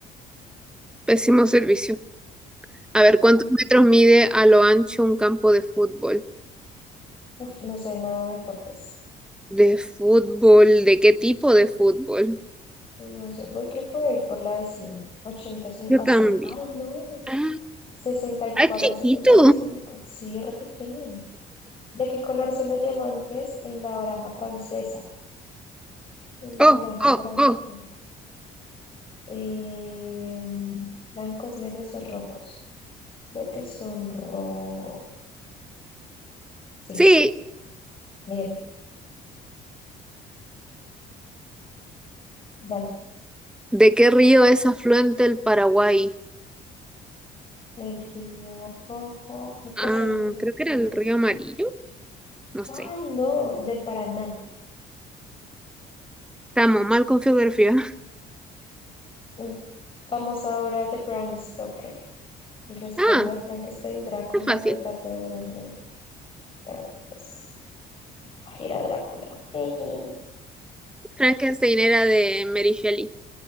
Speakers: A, in the centre; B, on the left (about 30°).
A: pésimo servicio. A ver, ¿cuántos metros mide a lo ancho un campo de fútbol?
B: Uf, no sé nada de deportes.
A: ¿De fútbol? ¿De qué tipo de fútbol?
B: No sé, voy, creo que voy a ir por la de 100. 85
A: Yo
B: a
A: también.
B: cien Ay, no.
A: Ah,
B: sesenta y cuatro
A: ah, chiquito.
B: a 75. Sí, re pequeño. ¿De qué color son los diamantes en la baraja francesa? En la
A: Oh,
B: baraja
A: oh,
B: francesa.
A: oh.
B: Eh, blancos, negros o rojos. Creo que son rojos. Sí,
A: Sí.
B: bien, dale.
A: ¿De qué río es afluente el Paraguay?
B: El río rojo, creo que
A: Ah,
B: es el...
A: creo que era el río Amarillo. No sé.
B: Ay, no, del Paraná.
A: Estamos mal con geografía. <laughs>
B: Mm. Famosa obra de Bram Stoker. Resplandor,
A: Ah,
B: Frankenstein, Drácula,
A: está fácil.
B: el retrato de Dorian Gray. Ah, pues, Ay, era Drácula. <laughs> Jeje.
A: Frankenstein era de Mary Shelley.